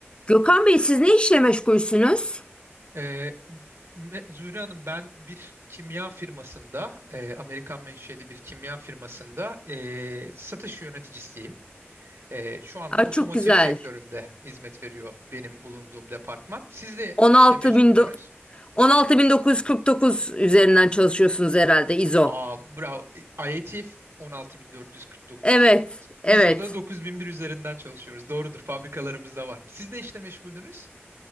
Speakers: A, on the left (about 25°); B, on the right (about 75°).
A: Gökhan Bey siz ne işle meşgulsünüz?
B: Ee, Me- Zühre Hanım ben bir kimya firmasında e, Amerikan menşeli bir kimya firmasında e, satış yöneticisiyim. E, şu anda
A: Aa,
B: otomotiv
A: çok güzel.
B: sektöründe hizmet veriyor benim bulunduğum departman. Siz de
A: 16
B: işte meşguldünüz.
A: bin do- 16.949 üzerinden çalışıyorsunuz herhalde İZO.
B: Aa, bravo. IATF 16449.
A: Evet, evet.
B: ISO'da 9001 üzerinden çalışıyoruz. Doğrudur, fabrikalarımız da var. Siz ne işle meşguldünüz?